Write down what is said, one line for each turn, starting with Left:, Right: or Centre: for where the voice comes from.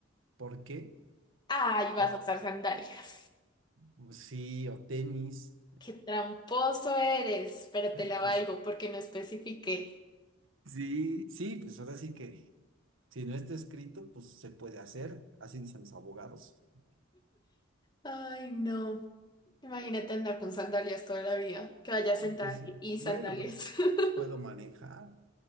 Right: ¿Por qué?
Left: Ay,
Right: Por,
Left: vas a usar sandalias.
Right: pues sí, o tenis.
Left: Qué tramposo eres, pero
Right: <laughs>
Left: te la
Right: Pues
Left: valgo porque no especifiqué.
Right: sí, sí, pues ahora sí que, si no está escrito, pues se puede hacer, así dicen los abogados.
Left: Ay, no. Imagínate andar con sandalias toda la vida, que vaya sentada
Right: Pues sí,
Left: y sandalias.
Right: bueno, pero
Left: <laughs>
Right: puedo manejar.